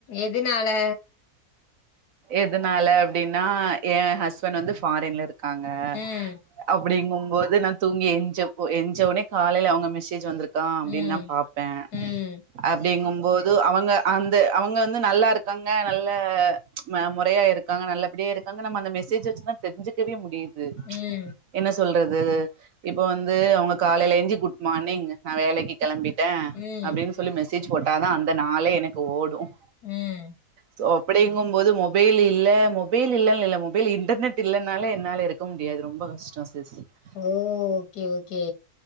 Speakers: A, on the left (about 80°); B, on the right (about 65°).
A: எதுனால
B: எதுனால அப்டின்னா என் ஹஸ்பண்ட் வந்து ஃபாரின்ல இருக்காங்க
A: ம்
B: அப்படிங்கும் போது நான் தூங்கி எஞ்ச எஞ்சவுனே காலையில அவங்க மெசேஜ் வந்திருக்கு க்க அப்டின்னு
A: ம்
B: தான் பாப்பேன்
A: ம்
B: அப்டிங்கும்போது அவங்க அந்த அவங்க வந்து நல்லா இருக்காங்க நல்ல மொறையா இருக்காங்க நல்லபடியா இருக்காங்க நம்ம அந்த மெசேஜ் வச்சுதா தெரிஞ்சுக்கவே முடியுது
A: ம்
B: என்ன சொல்றது இப்ப வந்து அவங்க காலையில எஞ்சி குட் மார்னிங் நா வேலைக்கு கெளம்பிட்டேன்
A: ம்
B: அப்டின்னு சொல்லி மெசேஜ் போட்ட தா அந்த நாளே எனக்கு ஓடும்
A: ம்
B: சோ அப்டி தூங்கு போது மொபைல் இல்ல மொபைல் இல்லன்னு இல்ல மொபைல் இன்டர்நெட் இல்லைனாலே என்னால இருக்க முடியாது ரொம்ப கஷ்டம் <unintelligible>
A: ஓ ஓகே ஓகே